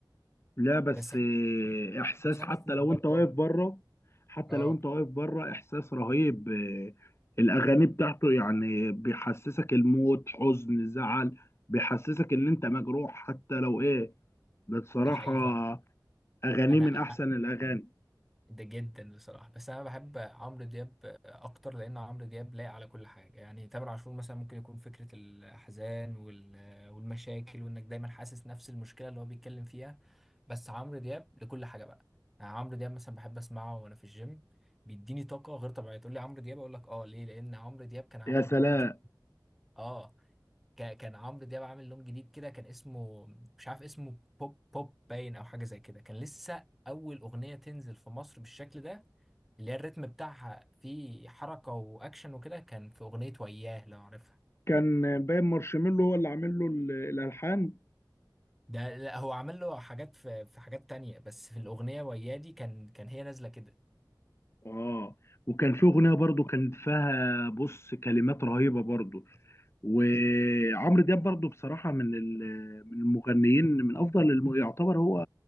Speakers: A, on the left (about 35°); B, in the centre.
A: لا بس
B: بس
A: آه، احساس
B: بس انا
A: حتى
B: كنت بعمله
A: لو انت
B: برضه
A: واقف بره حتى
B: اه
A: لو انت واقف بره احساس رهيب آه، الاغاني بتاعته يعني بيحسسك الموت حزن زعل بيحسسك ان انت مجروح حتى لو ايه ده بصراحة
B: ده حقيقي فعلا
A: اغانيه
B: انا
A: من احسن
B: انا
A: الاغاني
B: ده جدا بصراحه بس انا بحب عمرو دياب اكتر لان عمرو دياب لايق على كل حاجه يعني تامر عاشور مثلا ممكن يكون فكره الحزان وال- والمشاكل وانك دايما حاسس نفس المشكله اللي هو بيتكلم فيها بس عمرو دياب لكل حاجه بقى يعني عمرو دياب مثلا بحب اسمعه وانا في الجيم بيديني طاقه غير طبيعيه تقول لي عمرو دياب اقول لك اه ليه لان عمرو دياب كان عمل
A: يا سلام
B: لون كده اه كا- كان عمرو دياب عامل لون جديد كده كان اسمه مش عارف اسمه بوب بوب باين او حاجه زي كده كان لسه اول اغنيه تنزل في مصر بالشكل ده اللي هي الريتم بتاعها فيه حركه واكشن وكده كان في اغنيه وياه لو عارفها
A: كان باين مارشميلو هو اللي عامل له ال- الالحان
B: ده لا هو عمل له حاجات في في حاجات تانية بس في الاغنيه وياه دي كان كان هي نازله كده
A: اه وكان في اغنيه برضو كان فيها بص كلمات رهيبه برضو وعمرو دياب برضو بصراحه من ال- من المغنيين من افضل الم... يعتبر هو